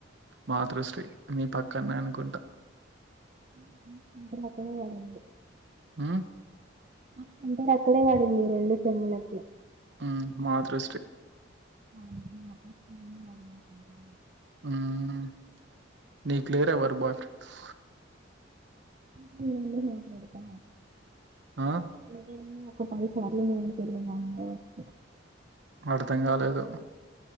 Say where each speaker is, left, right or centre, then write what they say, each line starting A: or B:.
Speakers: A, on the right; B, on the right.
A: మాతృ శ్రీ మీ పక్కన్నే అనుకుంటా
B: <inaudible> అక్కడే వడింది
A: హ్మ్.
B: నాకు ఇంటర్ అక్కడే వడింది రెండు సెమ్ లకి
A: ఊ మాతృశ్రీ
B: <inaudible>
A: ఉమ్ నీకు లేరా ఎవరూ బాయ్ ఫ్రెండ్స్
B: నేను ఏందో మాట్లాడతాను
A: ఆ!
B: ఇదేందో చెప్పండి <unintelligible> మా అమ్మ వాళ్ళు
A: అర్థం కాలేదు